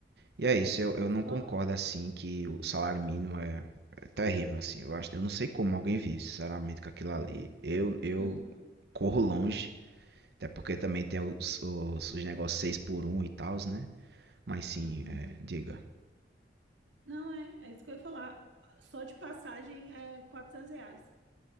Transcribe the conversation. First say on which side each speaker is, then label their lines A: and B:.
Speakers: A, on the right; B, on the right.
A: e é isso, eu, eu não
B: só...
A: concordo assim que o salário mínimo é, é terrível, assim. Eu acho, eu não sei como alguém vive, sinceramente, com aquilo ali. Eu, eu
B: Uhum,
A: corro longe, até porque também tem os, os, os negócios 6 por um e tal, né? Mas sim,
B: uhum.
A: é, diga.
B: Não é, é isso que eu ia falar. Só de passagem é 400 reais.